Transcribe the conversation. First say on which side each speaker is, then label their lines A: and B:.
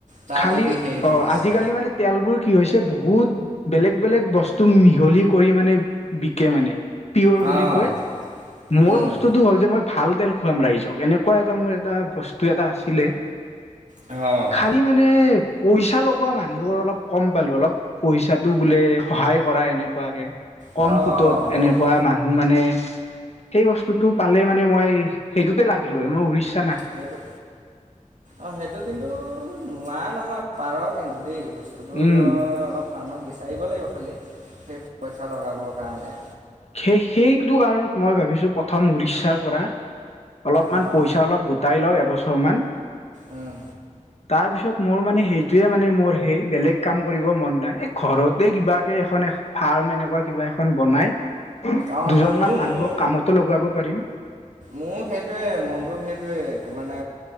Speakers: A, on the right (about 70°); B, on the left (about 55°).
A: তাত
B: খালি
A: যদি হেৰিটো
B: অ'
A: আছে।
B: আজিকালি মানে তেলবোৰ কি হৈছে বহুত বেলেগ-বেলেগ বস্তু মিহলি কৰি মানে বিকে মানে। পিয়ৰ বুলি
A: অ',
B: কয় মোৰ
A: অ',
B: বস্তুটো হ'ল যে মই ভাল তেল খুৱাম ৰাইজক এনেকুৱা এটা মোৰ এটা বস্তু এটা আছিলে।
A: অ',
B: খালি মানে পইচা লগোৱা মানুহৰ অলপ কম পালো অলপ পইচাটো বোলে সহায় কৰাই। এনেকুৱাকে কম
A: অ',
B: সুতত
A: সেইটো
B: এনেকুৱা মানুহ মানে সেই বস্তুতটো পালে মানে মই সেইটোতে লাগিলো মই উৰিছো।
A: সেইটো অ' সেইটো কিন্তু নোৱাৰা নহয় পাৰ কিন্তু দেই। বস্তুটোতো
B: উম।
A: অলপ মানুহ বিচাৰিব লাগিব খালি সেই পইচা লগাবৰ কাৰণে।
B: সেই-সেইটো কাৰণত মই ভাবিছো প্ৰথম উৰিষ্যাৰ পৰা। অলপমান
A: অ',
B: পইচা অলপ গোটাই লওঁ এবছৰ মান
A: উম,
B: তাৰপিছত মোৰ মানে সেইটোৱে মানে মোৰ সেই বেলেগ কাম কৰিব মন নাই এই ঘৰতে কিবাকে এখন, ফাৰ্ম এনেকুৱা কিবা এখন বনাই।
A: অ',
B: দুজনমান
A: মোৰো
B: মানুহক
A: মোৰ
B: কামতো লগাব পাৰিম।
A: মোৰ সেইটোয়ে মনটো সেইটোৱে মানে